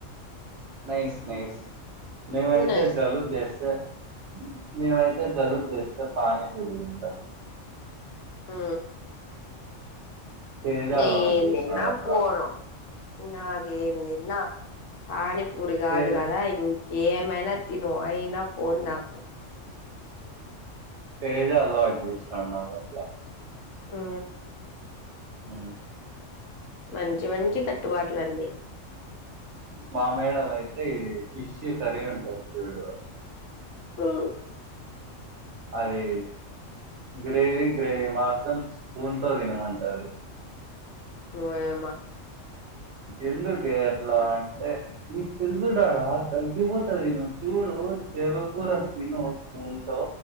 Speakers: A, on the right (about 70°); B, on the left (about 75°).
A: నైస్ నైస్ మేమాయితే
B: నైస్
A: జలుబు జెస్తె మేమైతే జలుబు చేస్తే పానీపూరి తింటాం
B: ఊ
A: తేజ అలవాటు
B: ఏం
A: చేసినాడు
B: తిన్న
A: అట్లా
B: పోదు నాకేం తిన్నా పానీపూరి కాదు
A: తేజ
B: కదా ఇం ఏమైనా తిను అయినా పోదు నాకు
A: ఏదో అలా అడ్జెస్ట్ అన్నవ్ అట్లా
B: ఊ
A: ఊ
B: మంచి మంచి కట్టుబాట్లండి
A: మా మేడం అయితే ఇది ఫిష్ సరీ ఉంటది చూడు
B: ఆ
A: అదీ గ్రేవీ గ్రేవీ మాత్రం స్పూన్ తో తినమంటది
B: ఓయమ్మ
A: ఎందుకే అట్లా అంటే నీకు తెలీదు డాడా తగ్గిపోతది నువ్వు చూడు స్పూన్ టేబుల్ కూడా తిను స్పూన్ తో